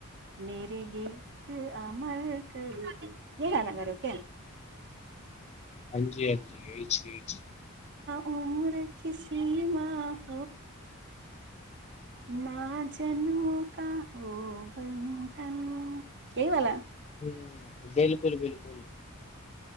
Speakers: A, on the right; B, on the left.
A: میرے گیت امر کر یہ گانا کرو کیا
B: ہاں جی ہاں جی مھچ <unintelligible>
A: امر کیسیی ب ہ ن چ و کا ہو بندھن کہ والال
B: ہ بالکل بالکل بالکل